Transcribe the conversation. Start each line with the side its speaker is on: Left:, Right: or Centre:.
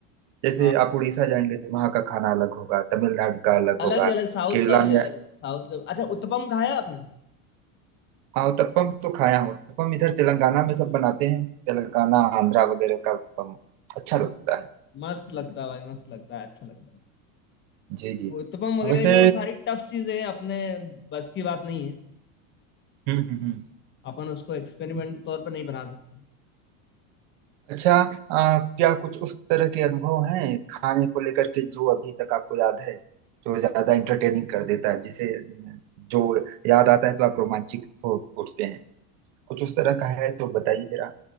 Right: जैसे
Left: हाँ
Right: आप उड़ीसा जाएंगे तो वहाँ का खाना अलग होगा तमिलनाडु का अलग
Left: अलग
Right: होगा
Left: ही अलग साउथ
Right: केरला
Left: का भी
Right: में
Left: अलग साउथ का अच्छा उत्तपम खाया आपने
Right: हाँ उत्तपम तो खाया हूँ उत्तपम इधर तेलंगाना में सब बनाते हैं तेलंगाना आंध्रा वगैरह का उत्तपम अच्छा
Left: म-
Right: लगता है
Left: मस्त लगता है भाई मस्त लगता है अच्छा लगता है
Right: जी जी
Left: वो उत्तपम वगैरह
Right: वैसे
Left: लेकिन वो सारी टफ चीजें हैं, अपने बस की बात नहीं है
Right: हम्म हम्म
Left: अपन उसको एक्सपेरिमेंट
Right: हम्म
Left: के तौर पर नहीं बना सकते
Right: अच्छा आ, क्या कुछ उस तरह के अनुभव हैं खाने को लेकर के जो अभी तक आपको याद है जो ज्यादा इंटरटेनिंग कर देता है जिसे जो याद आता है तो आप रोमांचित हो उठते हैं कुछ उस तरह का है तो बताइए जरा